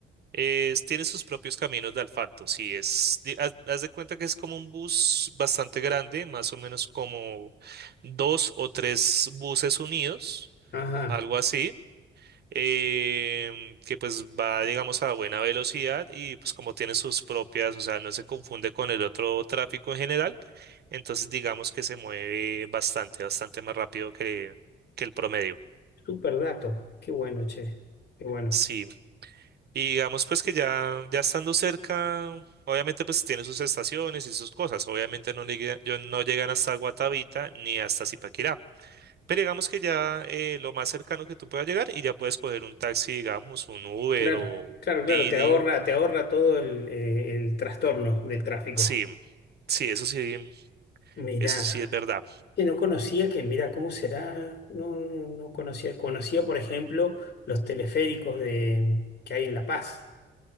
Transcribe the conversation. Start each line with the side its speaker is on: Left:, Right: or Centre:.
Right: Es- tiene sus propios caminos de asfalto. Sí, es, di- haz, haz de cuenta que es como un bus bastante grande, más o menos como dos o tres buses unidos,
Left: Ajá,
Right: algo así em, que pues va, digamos, a buena velocidad y pues como tiene sus propias, o sea, no se confunde con el otro tráfico en general, entonces digamos que se mueve bastante, bastante más rápido que, que el promedio.
Left: súper dato. Qué bueno, che. Qué bueno.
Right: Sí, y digamos pues que ya, ya estando cerca, obviamente pues tiene sus estaciones y sus cosas, obviamente no, llegue- yo- no llegan hasta Guatavita ni hasta Zipaquirá. Pero digamos que ya eh, lo más cercano que tú puedas llegar y ya puedes coger un taxi, digamos, un Uber
Left: Claro,
Right: o un
Left: claro, claro,
Right: Didi
Left: te ahorra, te ahorra todo el, eh, el trastorno del tráfico.
Right: Sí, sí, eso sí,
Left: Mirá,
Right: eso sí es verdad.
Left: que no conocía que, mira, ¿cómo será? No, no conocía, conocía, por ejemplo, los teleféricos de, que hay en La Paz